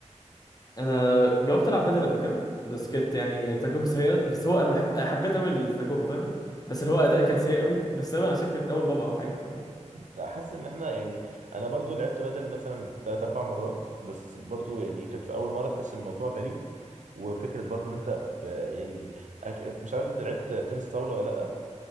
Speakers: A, on the left; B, on the right.
A: انا جربت العب بدل قبل كده بس كانت يعني تجربه سيئه بس هو انا بحب حبيت قوي التجربه فاهمني بس اللي هو اداء كان سيء قوي بس تقريبا عشان كانت اول مره او حاجه ف
B: لا حاسس ان احنا يعني انا برضو لعبت بدل مثلا تلات اربع مرات بس برضو يعني كانت في اول مره تحس ان الموضوع غريب وفكره برضو ان انت ب- يعني أك- مش عارف انت لعبت تنس طاوله ولا لا